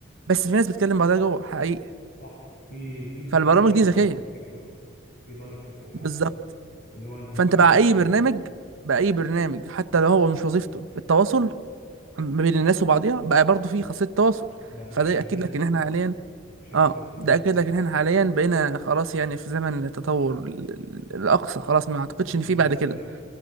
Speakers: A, on the right (about 85°); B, on the left (about 50°).
A: بس في ناس بتكلم بعضها جوه حقيقي
B: صح في في دي
A: فالبرامج
B: ام اصلا
A: دي ذكيه
B: في التيك توك في دايركت مسج عادي
A: بالظبط
B: اللي هو اليوتيوب
A: فانت
B: ما
A: بقى
B: فيهوش
A: اي برنامج بقى اي برنامج حتى لو هو مش وظيفته التواصل ما بين الناس وبعضها بقى برضه في خاصيه تواصل
B: بقى
A: فده
B: شيء
A: ياكد
B: لازم
A: لك ان احنا حاليا
B: بقى شيء
A: اه
B: اساسي في اي
A: ده
B: برنامج
A: اكد لك ان احنا حاليا بقينا خلاص يعني في زمن التطور ال- ال-
B: صح
A: الاقصى خلاص ما اعتقدش
B: بس
A: ان في
B: بالنسبه
A: بعد كده
B: لك